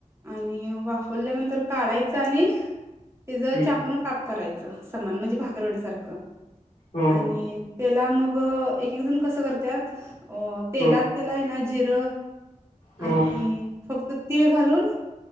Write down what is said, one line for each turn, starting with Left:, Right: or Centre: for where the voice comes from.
Right: आणि वाफ उकोलल्यानंतर काढायचं आणि त्याच
Left: हम्
Right: चाकून काप करायचं समान म्हणजे भाकरवाडी सारखं
Left: हो
Right: आणि
Left: हो
Right: त्याला मग एक एक जण कसं करतात अ तेलात
Left: हो
Right: त्याला आहे ना जिरं
Left: हो
Right: आणि फक्त तीळ घालून